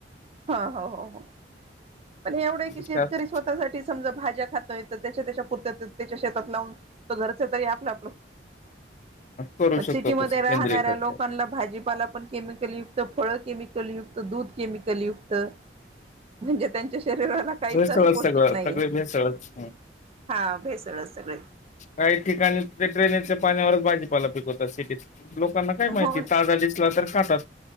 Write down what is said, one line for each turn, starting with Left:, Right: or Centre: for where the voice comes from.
Right: हो हो हो हो पण हे एवढं आहे
Left: आता
Right: की शेतकरी
Left: त्यात
Right: स्वतःसाठी समजा भाज्या खातोय तर त्याच्या त्याच्या पुर त्याच्या शेतात लावून घरच तरी आपला
Left: करू
Right: सी
Left: शकतो तसं सेंद्रिय
Right: राऱ्या
Left: खत.
Right: लोकांना भाजीपाला प केमल यु फळ केमिकलु दधमल <inaudible> युक्त म्हणजे त्यांच्या शरीराला काहीच
Left: भेसळच
Right: असं पौष्टिक
Left: सगळं
Right: नाहीये
Left: सगळे भेसळच
Right: हा भेसळच सगळे
Left: काही ठिकाणी ते ड्रेनेजच्या पाण्यावरच भाजी पाला पिकवतात लोकांना काय माहिती
Right: हो
Left: ताजा दिसला तर खा तर